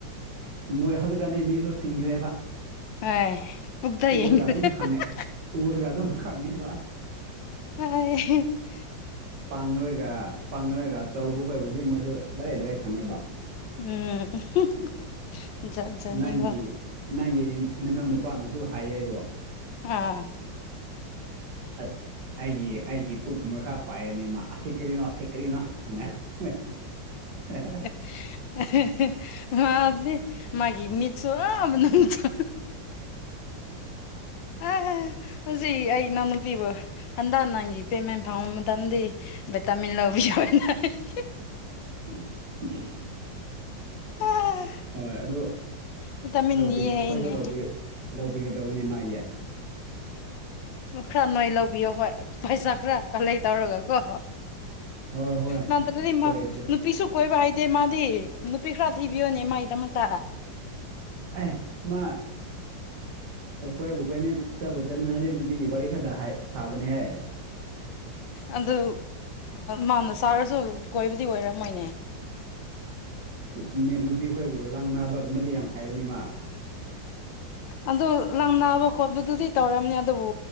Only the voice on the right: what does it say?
ꯃꯣꯏ ꯍꯧꯖꯤꯛꯀꯥꯟꯗꯤ ꯃꯤꯁꯨ ꯁꯤꯡꯈ꯭ꯔꯦꯕ
ꯎꯔꯒ
ꯑꯗꯨꯝ ꯈꯪꯉꯦ ꯎꯔꯒ ꯑꯗꯨꯝ ꯈꯪꯉꯦꯕ
ꯄꯥꯡꯂꯒ ꯄꯥꯡꯂꯒ ꯇꯧꯕ ꯈꯣꯏꯕꯨꯗꯤ ꯃꯣꯏꯁꯨ ꯗꯥꯔꯦꯛ ꯗꯥꯔꯦꯠ ꯈꯪꯉꯦꯕ
ꯅꯪꯒꯤ ꯅꯪꯒꯤ ꯅꯅꯥꯎ ꯅꯨꯄꯥꯅꯁꯨ ꯍꯥꯏꯌꯦ ꯑꯩꯕꯨ
ꯑ ꯑꯩꯒꯤ ꯑꯩꯒꯤ ꯄꯨꯛꯃꯈꯥ ꯄꯥꯏꯌꯦꯅꯦ ꯃꯥ ꯑꯁꯤ ꯀꯔꯤꯅꯣ ꯑꯁꯤ ꯀꯔꯤꯅꯣ ꯅ <unintelligible>
<inaudible>
<unintelligible>
ꯍꯣꯏ ꯑꯗꯨ
ꯂꯧꯕꯤ
ꯑꯩꯈꯣꯏꯁꯨ
ꯂꯧꯕꯤ ꯂꯧꯕꯤꯒꯗꯧꯕꯅꯤ ꯃꯥꯥꯒꯤ
ꯍꯣꯏ ꯍꯣꯏ
ꯁꯣꯏꯗ꯭ꯔꯦ
ꯑꯩ ꯃꯥ <inaudible> ꯀꯣꯏꯕꯨ ꯀꯣꯏꯃꯤꯟ ꯆꯠꯕꯨ ꯆꯠꯃꯤꯟꯅꯔꯗꯤ ꯅꯨꯄꯤꯒꯤ ꯋꯥꯔꯤ ꯈꯇ ꯁꯥꯕꯅꯦꯍꯦ
<unintelligible> ꯅꯨꯄꯤꯈꯣꯏꯕꯨ ꯂꯪꯅꯕꯒꯨꯝꯕꯗꯤ ꯌꯥꯝ ꯍꯩꯕꯅꯦ ꯃꯥ